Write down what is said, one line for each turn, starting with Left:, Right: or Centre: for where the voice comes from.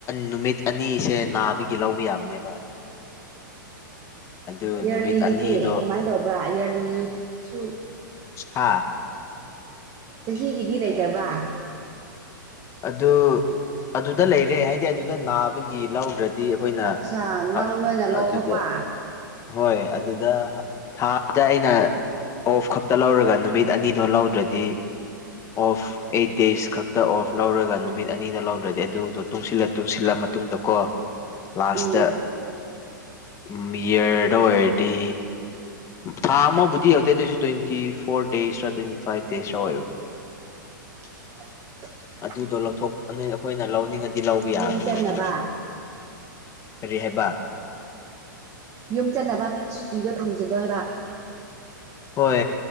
Left: ꯅꯨꯃꯤꯠ ꯑꯅꯤꯁꯦ ꯅꯥꯕꯒꯤ ꯂꯧꯕ ꯌꯥꯕꯅꯦꯕ
Right: <unintelligible>
Left: ꯑꯗꯨ
Right: ꯏꯌꯥꯔꯂꯤꯒꯤꯗꯤ
Left: ꯅꯨꯃꯤꯠ ꯑꯅꯤꯗꯣ
Right: ꯀꯃꯥꯏꯅ ꯇꯧꯕ꯭ꯔꯥ ꯏꯌꯥꯔꯂꯤꯁꯨ
Left: <unintelligible>
Right: ꯆꯍꯤꯒꯤꯗꯤ ꯂꯩꯇꯕ
Left: ꯑꯗꯨ ꯑꯗꯨꯗ ꯂꯩꯔꯦ ꯍꯥꯏꯗꯤ ꯑꯗꯨꯗ ꯅꯥꯕꯒꯤ ꯂꯧꯒ꯭ꯔꯠ ꯗꯤ ꯑꯩꯈꯣꯏꯅ
Right: ꯑꯠꯁꯥ ꯅꯪ
Left: ꯑꯥ
Right: ꯅꯣꯏꯅ ꯂꯧꯊꯣꯛꯄ
Left: ꯑꯗꯨꯗ ꯍꯣꯏ ꯑꯗꯨꯗ ꯊꯥꯗ ꯑꯩꯅ ꯑꯣꯐ ꯈꯛꯇ ꯂꯧꯔꯒ ꯅꯨꯃꯤꯠ ꯑꯅꯤꯗꯣ ꯂꯧꯗ꯭ꯔꯗꯤ ꯑꯣꯐ ꯑꯩꯠ ꯗꯦꯁ ꯈꯛꯇꯛꯇ ꯑꯣꯐ ꯂꯧꯔꯒ ꯅꯨꯃꯤꯠ ꯑꯅꯤꯗ ꯂꯧꯗ꯭ꯔꯗꯤ ꯑꯗꯨꯗꯣ ꯇꯨꯡꯁꯤꯜꯂ ꯇꯨꯡꯁꯤꯜꯂ ꯃꯇꯨꯡꯗ ꯀꯣ ꯂꯥꯁꯇ
Right: ꯎꯝ
Left: ꯎꯝꯃꯤꯌꯔꯗ ꯑꯣꯏꯔꯗꯤ ꯊꯥ ꯑꯃꯕꯨꯗꯤ ꯌꯧꯗꯦꯗꯣꯏꯁꯨ ꯇ꯭ꯋꯦꯟꯇꯤ ꯐꯣꯔ ꯗꯦꯁꯔꯥ ꯇ꯭ꯋꯦꯟꯇꯤ ꯐꯥꯏꯚ ꯗꯦꯖꯔ ꯑꯣꯏꯕꯅꯦ
Right: ꯆꯥ
Left: ꯑꯗꯨꯗꯣ ꯂꯧꯊꯣꯛ ꯅꯣꯏ ꯑꯩꯈꯣꯏꯅ ꯂꯧꯅꯤꯡꯉꯗꯤ ꯂꯧꯕ ꯌꯥꯕꯅꯤ
Right: ꯌꯨꯝ ꯆꯠꯅꯕ
Left: ꯑꯗꯨꯃꯥꯏꯅ ꯀꯔꯤꯍꯦꯕ
Right: ꯌꯨꯝ ꯆꯠꯅꯕ ꯁꯨꯇꯤꯗꯣ ꯊꯝꯖꯤꯟꯂꯣ ꯍꯥꯏꯕ
Left: ꯍꯣꯏ